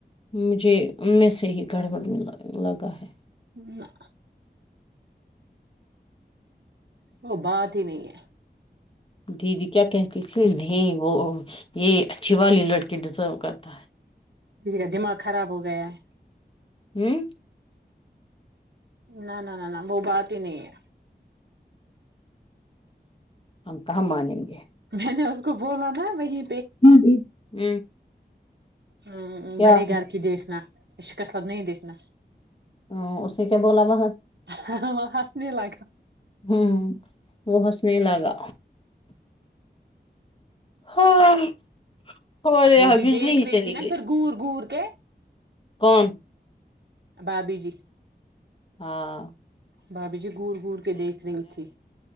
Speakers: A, on the left; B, on the right.
A: مجھے میں سے ہی گڑبڑ میں لگا ہے
B: م <inaudible> وہ بات ہی نہیں ہے
A: دیدی کیا کہتی تھی نہیں وہ یہ اچھی والی لڑکی ڈیزرو کرتا ہے
B: دی کا دماغ خراب ہو گیا ہے
A: ہوں <inaudible>
B: نہ نہ نہ نہ وہ بات ہی نہیں ہے
A: ہم کہاں مانیں گے
B: میں نے اس کو بولا نا وہی
A: ہ ہوں <unintelligible>
B: ہ
A: کیا
B: بڑے گھر کی دیکھنا شک سب نہیں دیکھنا
A: ہ اسے کیا بولاوا
B: ہ ہسنے لگا
A: ہوں وہ ہنسنے لگا ہاں ہمارے
B: وہ
A: یہاں
B: بھی
A: بجلی
B: دیکھ
A: ہی
B: رہی
A: چلی
B: تھی نا
A: گئی
B: پھر گور گور کے آ
A: کون
B: بھاابھی جی
A: ہاں
B: بھابھی جی گڑ گڑ کے دیکھ رہی تھی